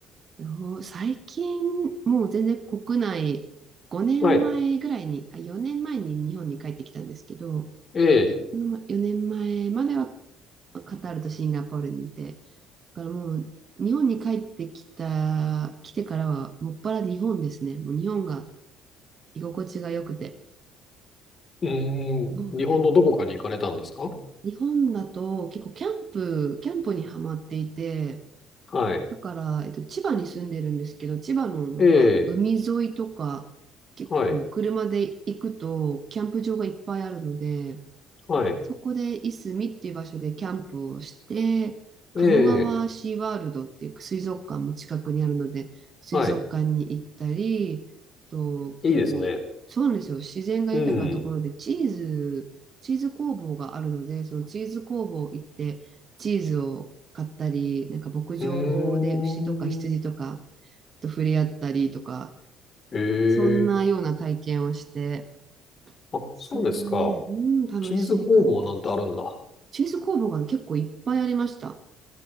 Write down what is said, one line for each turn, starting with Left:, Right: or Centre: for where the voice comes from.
Right: どう最近、もう全然国内、5年前ぐらいに、
Left: はい。
Right: あ、4年前に日本に帰ってきたんですけど、
Left: ええ。
Right: その4年前まえまではカタールとシンガポールにいて、だからもう日本に帰ってきた、来てからはもっぱら日本ですね。もう日本が居心地が良くて。
Left: うーん。
Right: もうやっぱり
Left: 日本のどこかに行かれたんですか
Right: 日本だと結構キャンプ、キャンプにはまっていて、
Left: はい。
Right: だから、えっと、千葉に住んでるんですけど、千葉のなんか海沿いとか、
Left: ええ。
Right: 結構車で行くとキャンプ場がいっぱいあるので、
Left: はい。はい。
Right: そこでいすみっていう場所でキャンプをして、鴨川シーワールドっていう水族館も近くにあるので、
Left: ええ。
Right: 水族館に行ったり、
Left: はい。
Right: と結構、
Left: いいですね。
Right: そうなんですよ。自然が豊かなところでチーズ、
Left: うん。
Right: チーズ工房があるので、そのチーズ工房行って、チーズを買ったり、なんか牧場で牛とか羊とか
Left: うーん。
Right: と触れ合ったりとか、
Left: え
Right: そんなような体験をして、
Left: え。あ、
Right: それがね、
Left: そうですか。
Right: うん、楽しかった
Left: チーズ工房なんてあるんだ。
Right: チーズ工房が結構いっぱいありました。